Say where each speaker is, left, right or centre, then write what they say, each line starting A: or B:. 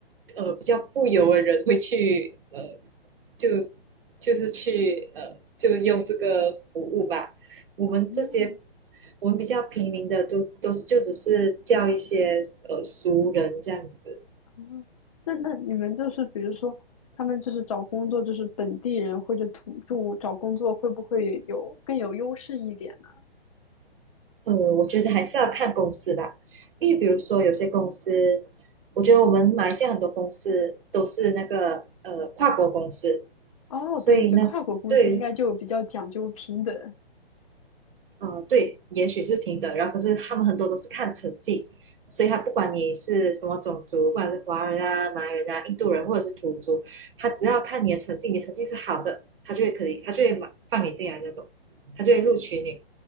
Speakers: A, on the right; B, on the left.
A: 呃比较富有的人会去呃就就是去呃就用这个服务吧。我们这些
B: 哦
A: 我们比较平民的都都就只是叫一些呃熟人这样子。
B: 哦，那那你们就是比如说，他们就是找工作，就是本地人或者土著找工作，会不会有更有优势一点呢？
A: 呃，我觉得还是要看公司吧，因为比如说有些公司，我觉得我们马来西亚很多公司都是那个呃跨国公司，
B: 哦，
A: 所以呢，
B: 对对对，跨国公司应该就比较讲究平等
A: 对，呃，对，也许是平等，然后可是他们很多都是看成绩，所以他不管你是什么种族，不管是华人啊、马来人啊、印度人或者是土著，他只要看你的成绩，你成绩是好的，他就会可以，他就会马放你进来那种，他就会录取你。